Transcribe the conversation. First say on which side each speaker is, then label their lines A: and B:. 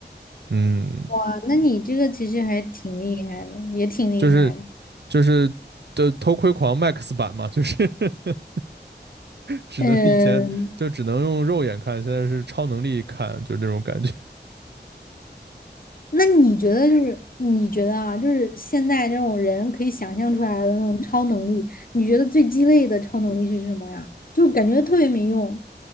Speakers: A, on the right; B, on the left.
A: 嗯，
B: 哇，那你这个其实还挺厉害的，也挺厉害的。
A: 就是就是的偷窥狂 Max 版嘛，就是 <laughs> 只能以前就只能用肉眼看，
B: 嗯，
A: 现在是超能力看，就是那种感觉。
B: 那你觉得就是你觉得啊，就是现在这种人可以想象出来的那种超能力，你觉得最鸡肋的超能力是什么呀？就感觉特别没用。